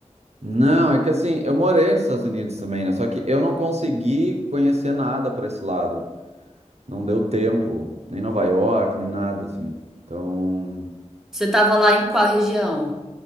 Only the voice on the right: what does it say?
não, é que assim, eu morei nos Estados Unidos também, né? Só que eu não consegui conhecer nada para esse lado. Não deu tempo, nem Nova York, nem nada assim. Então,